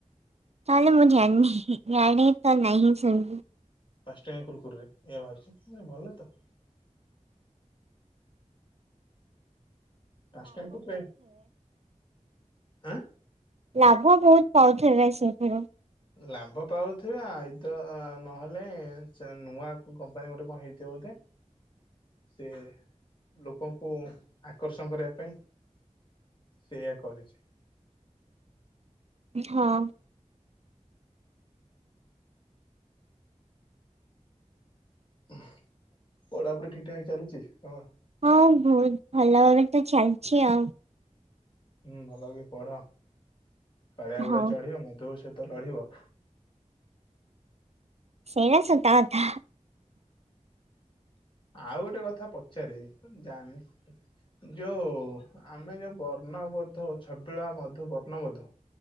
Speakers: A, on the right; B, on the left.
A: ତାହେଲେ ମୁଁ ଜାଣିନି, ଜାଣି ତ ନାହିଁ ସେମିତି।
B: ପାଞ୍ଚ୍ ଟଙ୍କିଆ କୁରକୁରିରେ ଏଇୟା ବାହାରୁଛି, ଭଲ ତ। ପାଞ୍ଚଟଙ୍କିଆ କୁରକୁରିରେ ଆଁ
A: ଲାଭ ବହୁତ ପାଉଥିବେ ସେଥିରୁ।
B: ଲାଭ ପାଉଥିବେ ଆଇଦ ନହେଲେ ଯା ନୂଆ କମ୍ପାନୀ ଗୋଟେ କଣ ହେଇଥିବ ବୋଧେ।
A: <unintelligible>
B: ସେ ଲୋକଙ୍କୁ ଆକର୍ଷଣ କରିବା ପାଇଁ ସେଇଆ କରିଛି।
A: ହଁ।
B: ହୁଁ ପଢାପଢି ଠିକଠାକ୍ ଚାଲିଛି ତମର?
A: ହଁ ବହୁତ ଭଲ ଭାବେ ତ ଚାଲିଛି ଆଉ।
B: ହୁଁ ଭଲ କି ପଢ କାଳିଆ
A: ହଁ
B: ଘୋଡା ଚଢିବ ମଧୁବାବୁ ସହିତ ଲଢିବ।
A: ସେଇରା ସତକଥା।
B: ଆଉ ଗୋଟେ କଥା ପଚାରିବି ଜାଣିନି। ଯୋଉ-ଉ ଆମେ ଯୋଉ ବର୍ଣ୍ଣବୋଧ ଛବିଳା ମଧୁ ବର୍ଣ୍ଣବୋଧ